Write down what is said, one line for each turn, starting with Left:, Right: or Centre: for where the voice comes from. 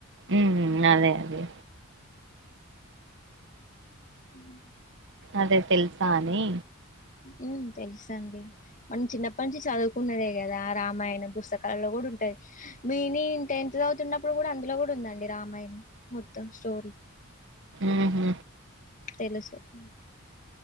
Right: ఊమ్ ఉ అదె అదే
Left: ఊమ్.
Right: అదె తెల్సా అని.
Left: ఊమ్ తెల్సండి మన్మ్ చిన్నప్పట్ నుంచి చదువుకున్నదే గదా రామాయణ పుస్తకాల్లో గూడుంట <unintelligible> మీ నీన్ టెన్త్ జదువ్తున్నప్పుడ్ గూడా అందులొ గూడుందండి రామాయ్ణం మొత్తం స్టోరి.
Right: ఊహు
Left: తెలుసు ఉమ్